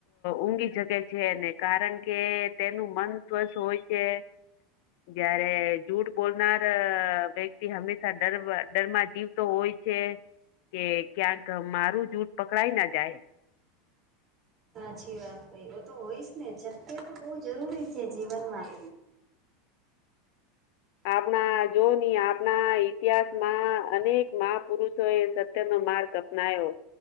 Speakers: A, on the left; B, on the right.
A: ઊઘી જગ છે ને કારણ કે તેનું મન સ્વસ હોય છે જયારે જૂઠ બોલનાર વ્યક્તિ હંમેશા ડર ડર માં જીવતો હોય છે. કે ક્યાંક મારું જૂઠ પકડાાય ના જાય.
B: સાચી વાત કહી એ તો હોયશ ને છતકે તો બહ જરૂરી છે જીવનમાં.
A: આપણા જો ની આપણા ઈતિહાસમાં અનેક મહા પુરુષો એ સત્યનોો માર્ગ્યો નાયો